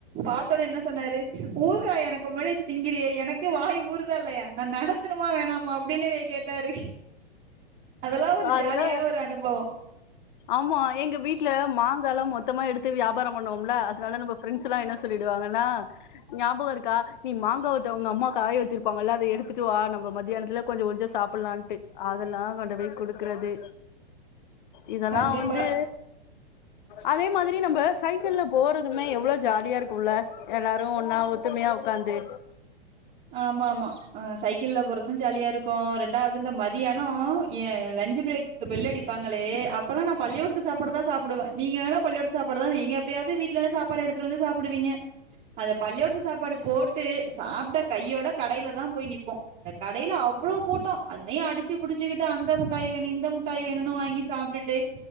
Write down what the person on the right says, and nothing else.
பாத்தோனே என்ன சொன்னாரு ஊர்காய் எனக்கு முன்னாடி வச்சு திங்கிரியே எனக்குவாய் ஊறுதா இல்லையா நான் நடத்தணுமா வேணாமா அப்படின்னு என்ன கேட்டாரு அதெல்லா ஒரு
ஜாலியான ஒரு அனுபவோ
கண்டிப்பா
ஆமா ஆமா ஆஹ் சைக்கிள்ல போறதும் ஜாலியா இருக்கும் ரெண்டாவது இந்த மத் மத்யானம் என் லஞ்சு பிரேக்குக்கு பெல் அடிப்பாங்களே அப்பல்லாம் நான் பள்ளியோடத்து சாப்பாடு தான் சாப்டுவேன் நீங்க வேனா பள்ளியோடத்து சாப்பாடு தான் எங்க எப்பயாவது வீட்டுலந்து சாப்பாடு எடுத்துட்டு வந்து சாப்பிடுவீங்க அந்த பள்ளியூடத்து சாப்பாடு போட்டு சாப்ட கையோட கடையில தான் போய் நிப்போம் அந்த கடையில அவ்வளவு கூட்டம் அதுலயே அடிச்சு புடிச்சுக்கிட்டு அந்த முட்டாய் வேணும் இந்த முட்டாய் வேணும்னு வாங்கி சாப்டுட்டு